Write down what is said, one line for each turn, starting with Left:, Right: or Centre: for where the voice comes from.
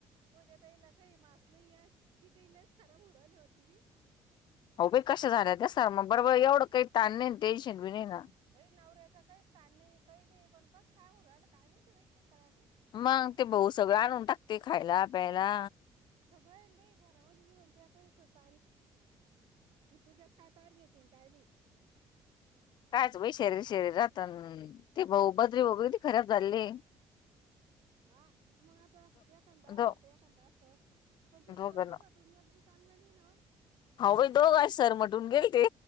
Right: पज्या तईला काही मात नाही आहे ती काईलाच खराब उऊरली होती मी
Left: हो बा कशा झाल्या त्या सर मग बरं एवढं काही ताण नाही टेन्शन बी नाही ना
Right: भाई नवरऱ्याचा काही स्थान नाही काही नाही पण कस सहू राहिलं कायमती बाई काही कळ्यां नाही
Left: मग ते भाऊ सगळं आणून टाक ते खायला पियला
Right: सगळं आहे बा घरामध्ये मी म्हणते काही तग ह पूजा काय तार घेेतन काय नाही
Left: कायच भाई शरीर शरीरात ते भाऊ बदरी बबी खराब झाली
Right: हा मग आता एखादा असत
Left: दो
Right: तर एखादा असत पण त
Left: दोघं
Right: दोघ दुन अत बी चांगलं नाही ना
Left: हो भाई दोघज सरमटून गेल ते